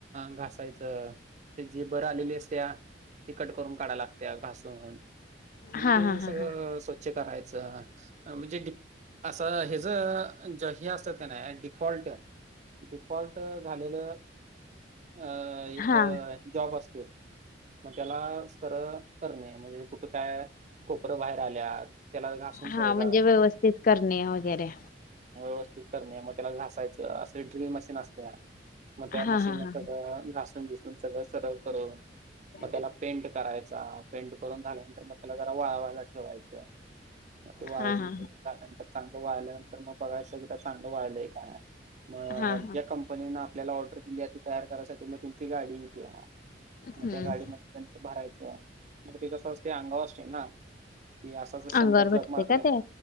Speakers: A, on the right (about 40°); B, on the left (about 45°).
A: घासायचं ते जे बर आलेली असत्या. ते कट करून काढायला लागत्या घासून मग
B: हा
A: ते
B: हा
A: सगळं
B: हा हा
A: स्वच्छ स्वच्छ करायचं म्हणजे डीप असं हे द ज हे असत्यात कणी डिफॉल्ट. डिफॉल्ट झालेलं अ एक
B: हा
A: जॉब असतोय मग त्याला सरळ करणे म्हणजे कुठे काय कोपरं बाहेर आल्यात त्याला घासून
B: हा
A: सरळ
B: म्हणजे
A: करायचं.
B: व्यवस्थित करणे वगैरे.
A: व्यवस्थित करणे मग त्याला घासायचं असं एक ड्रिल मशीन असत्या. मग त्या
B: हा
A: मशीनं
B: हा हा
A: सगळं घासून-बिसून सगळं सरळ करून.
B: <unintelligible>
A: मग त्याला पेंट करायचा, पेंट करून झाल्यानंतर मग त्याला जरा वाळवायला ठेवायचं. मग ते वाळवून-बिळवून
B: हा हा
A: झाल्यानंतर चांगलं वाळल्यानंतर मग बघायचं एकदा चांगलं वाळलंय काय. मग
B: हा हा
A: जे कं पनीनं आपल्याला ऑर्डर दिल्या ती तयार करायसाठी मग तेची गाडी येत्या. मग
B: हम्म
A: त्या गाडीम त्यांचं भरायचं मग ते कसं असतयं अंगावर असतय ना. की असं असं शंभर
B: अंगावर भेटते
A: जॉब माग.
B: का ते